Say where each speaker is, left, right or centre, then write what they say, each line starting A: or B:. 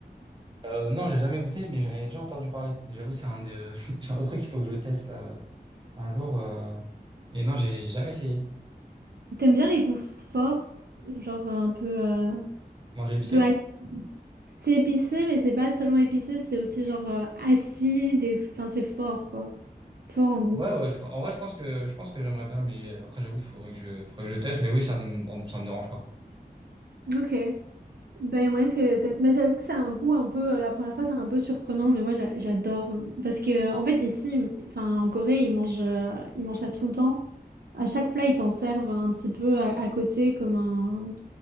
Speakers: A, on the right; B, on the right.
A: Euh, non, j'ai jamais goûté, mais j'en ai déjà entendu parler. Et J'avoue, c'est un de... <laughs> c'est un autre truc qu'il faut que je teste là un jour. euh, Et non, j'ai jamais essayé.
B: T'aimes bien les goûts forts, genre euh, un peu, euh, un
A: Manger épicé?
B: peu ac- C'est épicé, mais c'est pas seulement épicé, c'est aussi genre euh, acide et enfin c'est fort quoi, fort en goût.
A: Ouais, ouais, je- en vrai, je pense que je pense que j'aimerais bien, mais après, j'avoue, il faudrait que je faudrait que je teste. Mais oui, ça me ça me dérange pas.
B: Ok. Ben y a moyen que t'aimes- mais j'avoue que c'est un goût un peu euh, la première fois c'est un peu surprenant, mais moi j'a- j'adore euh, parce que euh, en fait ici, ils- enfin en Corée ils mangent, euh, ils mangent ça tout le temps. À chaque plat ils t'en servent un petit peu à, à côté comme un